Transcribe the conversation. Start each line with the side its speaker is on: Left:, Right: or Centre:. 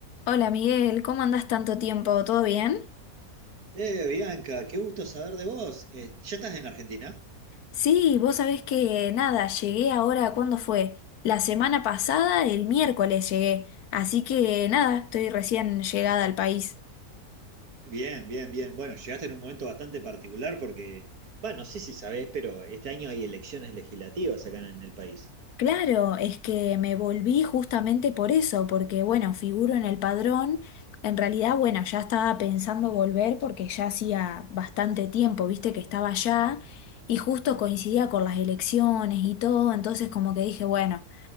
Left: Hola Miguel, ¿cómo andás tanto tiempo? ¿Todo bien?
Right: Eh, Bianca, qué gusto saber de vos. Eh, ¿ya estás en Argentina?
Left: Sí, vos sabés que nada, llegué ahora, ¿cuándo fue? La semana pasada, el miércoles llegué, así que nada, estoy recién llegada al país.
Right: Bien, bien, bien. Bueno, llegaste en un momento bastante particular porque, bueno, no sé si sabés, pero este año hay elecciones legislativas acá en el país.
Left: Claro, es que me volví justamente por eso, porque bueno, figuro en el padrón, en realidad bueno, ya estaba pensando volver porque ya hacía bastante tiempo, viste que estaba allá y justo coincidía con las elecciones y todo, entonces como que dije, bueno.